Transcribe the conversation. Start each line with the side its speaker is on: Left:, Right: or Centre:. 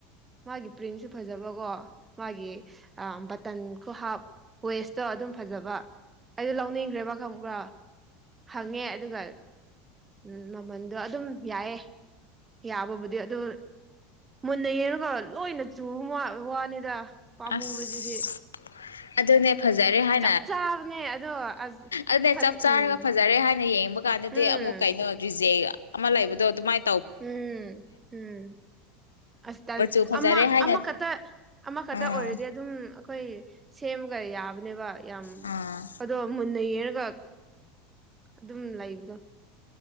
Right: ꯃꯥꯒꯤ ꯄ꯭ꯔꯤꯟꯁꯨ ꯐꯖꯕꯀꯣ ꯃꯥꯒꯤ ꯕꯇꯟꯈꯨꯨ ꯍꯥꯞ ꯋꯦꯁꯇꯣ ꯑꯗꯨꯝ ꯐꯖꯕ ꯑꯩꯗꯣ ꯂꯧꯅꯤꯡꯈ꯭ꯔꯦꯕ ꯈꯪꯕ꯭ꯔꯥ ꯍꯪꯉꯦ ꯑꯗꯨꯒ ꯎꯝ ꯃꯃꯟꯗꯣ ꯑꯗꯨꯝ ꯌꯥꯏꯌꯦꯦ ꯌꯥꯕꯕꯨꯗꯤ ꯑꯗꯨꯝ ꯃꯨꯟꯅ ꯌꯦꯡꯉꯒ ꯂꯣꯏꯅ ꯆꯨꯕ ꯋꯥꯅꯤꯗ ꯄꯥꯝꯃꯨꯕꯁꯤꯗꯤ
Left: ꯑꯁ ꯑꯗꯨꯅꯦ ꯐꯖꯔꯦ ꯍꯥꯏ
Right: ꯆꯞ ꯆꯥꯕꯅꯦ ꯑꯗꯣ ꯑꯁ
Left: ꯑꯗꯨꯅꯦ
Right: ꯐꯟ
Left: ꯆꯞ ꯆꯥꯔꯒ
Right: ꯎꯝ
Left: ꯐꯖꯔꯦ ꯍꯥꯏꯅ ꯌꯦꯡꯕ ꯀꯥꯟꯗꯗꯤ
Right: ꯎꯝ
Left: ꯑꯃꯨꯛ ꯀꯩꯅꯣ ꯔꯤꯖꯦꯛ ꯑꯃ ꯂꯩꯕꯗꯣ ꯑꯗꯨꯃꯥꯏ
Right: ꯎꯝ ꯎꯝ ꯑꯁ ꯇꯜ
Left: ꯃꯆꯨ ꯐꯖꯔꯦ
Right: ꯑꯃ
Left: ꯍꯥꯏꯅ
Right: ꯑꯃ ꯈꯇ ꯑꯃꯈꯛꯇ
Left: ꯑꯥ
Right: ꯑꯣꯏꯔꯗꯤ ꯑꯗꯨꯝ ꯑꯩꯈꯣꯏ ꯁꯦꯝꯃꯒ ꯌꯥꯕꯅꯦꯕ ꯌꯥꯝ
Left: ꯑꯥ
Right: ꯑꯗꯣ ꯃꯨꯟꯅ ꯌꯦꯡꯔꯒ ꯑꯗꯨꯝ ꯂꯩꯕꯗꯣ